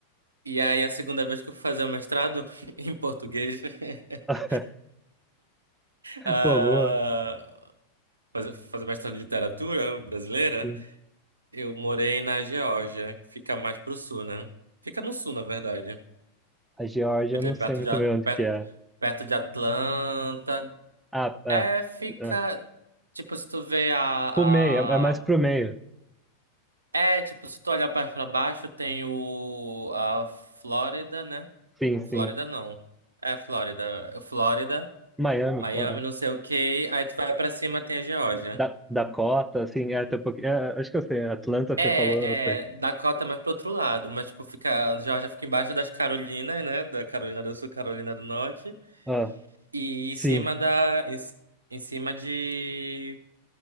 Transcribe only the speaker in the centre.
<laughs>
Pô, boa.
Sim.
A Geórgia,
eu não
sei muito
bem onde
que é.
Ah, é,
é.
Pro meio, é é mais pro
meio.
Sim, sim.
Miami,
pô, é.
da, Dakota, assim, é até um pouquinho. é, é, acho que eu sei. Atlanta,
você falou, eu sei.
Ah,
sim,